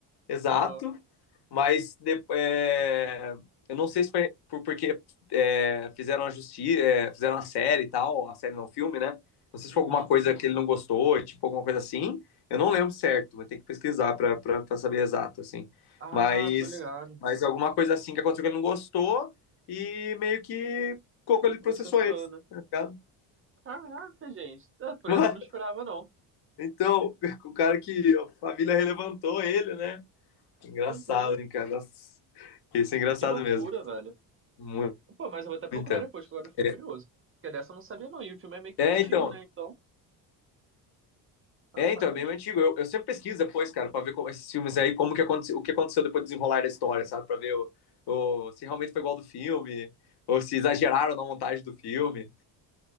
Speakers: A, on the left (about 60°); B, on the right (about 30°).
A: exato,
B: Aham.
A: mas de- é, eu não sei se foi por, porque é, fizeram a justiça, fizeram a série e tal, a série não, o filme, né? Não sei se
B: Uhum.
A: foi alguma coisa que ele não gostou, tipo alguma coisa assim. Eu não lembro certo, mas tem que pesquisar pra pra- pra saber exato, assim.
B: Ah,
A: Mas,
B: tô ligado.
A: mas alguma coisa assim que aconteceu que ele não gostou e meio que colocou ele processou
B: Processou,
A: eles,
B: né?
A: tá ligado?
B: Caraca, gente. Ah, Por
A: <laughs>
B: essa eu não esperava, não.
A: Então, <laughs> o cara que a família relevantou ele, né? Engraçado,
B: Pois é.
A: hein, cara? Nossa, Isso é engraçado
B: Que loucura,
A: mesmo.
B: velho.
A: Mu-
B: Pô, mas eu vou até procurar
A: Muita.
B: depois, que agora eu fiquei
A: É,
B: curioso. Porque dessa eu não sabia, não. E o filme é meio
A: é,
B: que antigo,
A: então.
B: né? Então, rapaz.
A: É, então, é bem antigo. Eu, eu sempre pesquiso depois, cara, pra ver como, esses filmes aí, como que aconteceu, o que aconteceu depois do desenrolar da história, sabe? Pra ver o, o- se realmente foi igual ao do filme, ou se exageraram na montagem do filme.